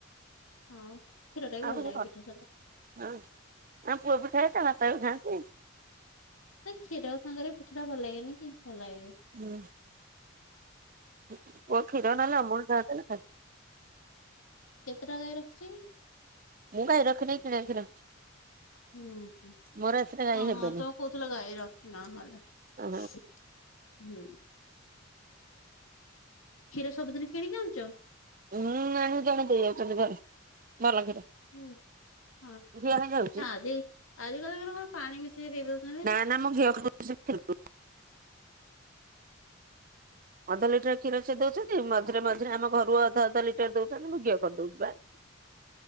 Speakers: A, on the left; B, on the right.
A: ଆଉ କ୍ଷୀରଟା ବି
B: ଆଉ
A: ଭଲ
B: କିଛି
A: ଲାଗେ
B: କରିନି
A: ପିଠା ସାଙ୍ଗରେ।
B: ହଁ ଆ ପୁଅ ବି। <unintelligible>
A: ନାଇଁ କ୍ଷୀର ସାଙ୍ଗରେ ପିଠା ଟା ଭଲ ଲାଗେନି କି ଭଲ ଲାଗେ।
B: ହୁଁ। ପୁଅ କ୍ଷୀର ନହେଲେ ଅମୂଲ୍ ଯାହା ଦେଲେ ଖାଇ
A: କେତେଟା ଗାଈ ରଖିଚ କି?
B: ମୁଁ ଗାଇ ରଖିନି କିଣା କ୍ଷୀର।
A: ହୁଁ ହୁଁ।
B: ମୋର ଏଥିରେ ଗାଈ
A: ହଁ
B: ହେବେନି।
A: ତମେ କହୁଥିଲ ଗାଇ ରଖିନ। <unintelligible>
B: ହଁ
A: ହୁଁ। କ୍ଷୀର ସବୁ ଦିନି କିିଣିକି ଆଣୁଚ?
B: <unintelligible> ଜଣେ ଦେଇ ଯାଉଛନ୍ତି ଘରେ ଭଲ କ୍ଷୀର।
A: ହୁଁ ହଁ।
B: ଘିଅ ହେଇଯାଉଛି
A: ଆଜି ଆଜି କାଲି କଣ କହିଲେ ପାଣି ମିଶେଇକି ଦେଇ ଦଉଛନ୍ତି।
B: ନା ନା ମୁଁ ଘିଅ। <unintelligible> ଅଧ ଲିଟର କ୍ଷୀର ସେ ଦଉଛନ୍ତି। ମଝିରେ ମଝିରେ ଆମ ଘରୁ ଅଧ ଅଧ ଲିଟର ଦଉଛନ୍ତି ମୁଁ ଘିଅ କରିଦଉଚି ପା।